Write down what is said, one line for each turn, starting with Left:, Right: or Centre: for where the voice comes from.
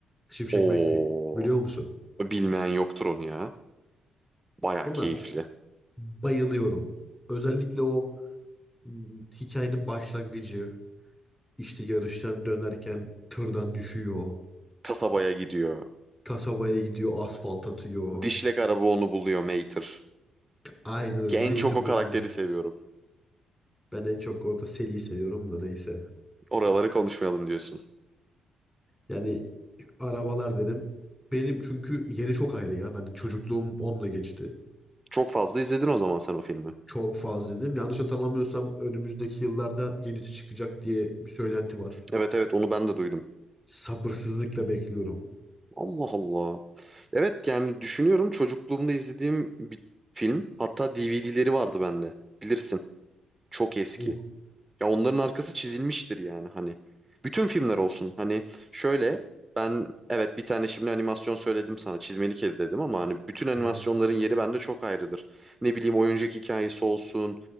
Left: Şimşek
Right: Oo,
Left: McQueen. Biliyor musun?
Right: bilmeyen yoktur onu ya. Baya
Left: Ona
Right: keyifli.
Left: bayılıyorum. Özellikle o hmm, hikayenin başlangıcı. işte yarıştan dönerken tırdan düşüyor.
Right: Kasabaya gidiyor.
Left: Kasabaya gidiyor, asfalt atıyor.
Right: Dişlek araba onu buluyor Mater.
Left: Aynen öyle.
Right: Ki en
Left: Mater
Right: çok o karakteri
Left: bunu.
Right: seviyorum.
Left: Ben en çok orada Sally'i seviyorum da neyse.
Right: Oraları konuşmayalım diyorsun.
Left: Yani arabalar derim. Benim çünkü yeri çok ayrı ya. Ben çocukluğum onunla geçti.
Right: Çok fazla izledin o zaman sen o filmi.
Left: Çok fazla dedim. Yanlış hatırlamıyorsam önümüzdeki yıllarda yenisi çıkacak diye bir söylenti var.
Right: Evet evet onu ben de duydum.
Left: Sabırsızlıkla bekliyorum.
Right: Allah Allah. Evet yani düşünüyorum çocukluğumda izlediğim bir film. Hatta DVD'leri vardı bende. Bilirsin. Çok eski.
Left: Uh,
Right: Ya onların arkası çizilmiştir yani hani. Bütün filmler olsun. Hani şöyle ben evet bir tane şimdi animasyon söyledim sana. Çizmeli Kedi dedim ama hani bütün animasyonların
Left: evet.
Right: yeri bende çok ayrıdır. Ne bileyim oyuncak hikayesi olsun.